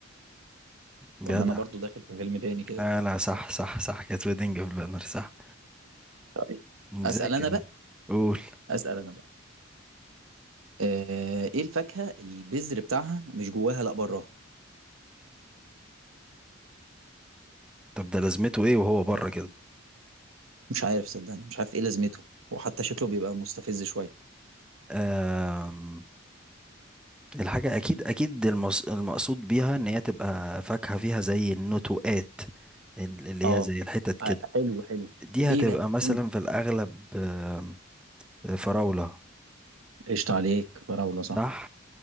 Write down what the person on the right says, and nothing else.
ولا انا برضو داخل في فيلم تاني كده
طيب
اسال انا
بقى
اسال انا بقى آه ايه الفاكهه البذر بتاعها مش جواها لا براها
مش عارف صدقني مش عارف ايه لازمته وحتى شكله بيبقى مستفز شويه
اه
ع- حلو حلو
ايه
بقى
إيه؟
قشطة عليك فراولة صح